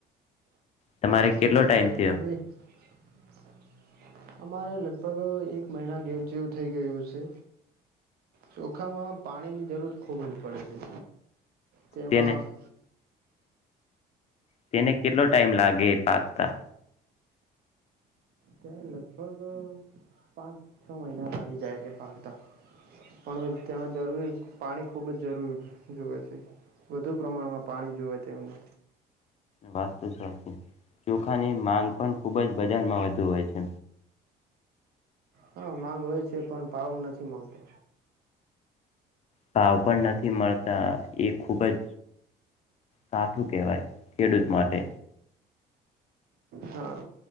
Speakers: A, on the left; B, on the right.
A: તમારે
B: શું
A: કેટલો
B: વાત
A: ટાઈમ
B: કરો
A: થયો
B: <inaudible> અમારે લગભગ એક મહિના જેવું થઈ ગયું છે ચોખામાં પાણી ની જરૂર ખૂબ જ પડે છે તેમાં
A: તેને
B: <inaudible>
A: તેને કેટલો ટાઈમ લાગે એ પાકતા
B: ત લગભગ પાંચ છ મહિના લાગી જાય છે પાતા પણ તેમાં જરૂરી પાણી ખુબ જ જરૂરી જુવે છે વધુ પ્રમાણમાં પાણી જુવે તેમને
A: વાત તો સાચી ચોખાની માંગ પણ ખુબ જ બજારમાં વધુ હોય છે
B: હા માગ હોય છે પણ પાવ નથી ગતો
A: ભાવ પણ નથી મળતા એ ખુબ જ સાઠું ઓ કેવાાઈ ખેડૂત માટે
B: હા